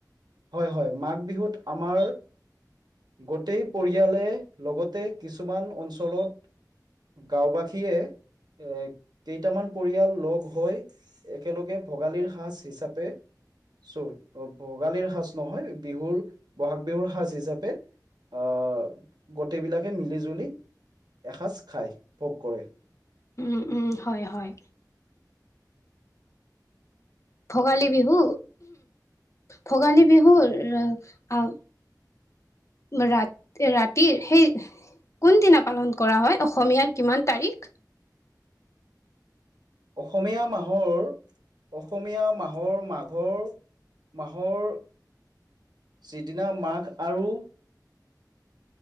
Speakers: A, on the right (about 75°); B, on the left (about 45°).
A: হয় হয় মাঘ বিহুত আমাৰ গোটেই পৰিয়ালে লগতে কিছুমান অঞ্চলত গাঁও বাসীয়ে এ কেইটামান পৰিয়াল লগ হৈ একেলগে ভোগালীৰ সাজ হিচাপে চোৰ ভোগালীৰ সাজ নহয় বিহুৰ বহাগ বিহুৰ সাজ হিচাপে আহ গোটেই বিলাকে মিলি জুলি এসাঁজ খায়, ভোগ কৰে।
B: উম উম হয় হয়। ভোগালী বিহু ভোগালী বিহুৰ ৰ আহ ৰাত ৰাতিৰ সেই কোন দিনা পালন কৰা হয়? অসমীয়াৰ কিমান তাৰিখ?
A: অসমীয়া মাহৰ অসমীয়া মাহৰ মাঘৰ মাহৰ যিদিনা মাঘ আৰু